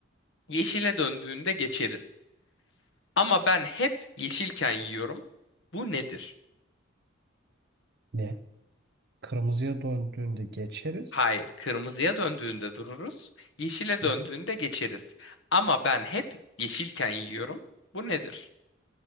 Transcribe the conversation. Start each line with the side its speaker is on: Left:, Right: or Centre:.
Left: Yeşile döndüğünde geçeriz. Ama ben hep yeşilken yiyorum. Bu nedir?
Right: Ne? Kırmızıya döndüğünde geçeriz.
Left: Hayır, kırmızıya döndüğünde dururuz. Yeşile döndüğünde
Right: Hı hı.
Left: geçeriz. Ama ben hep yeşilken yiyorum. Bu nedir?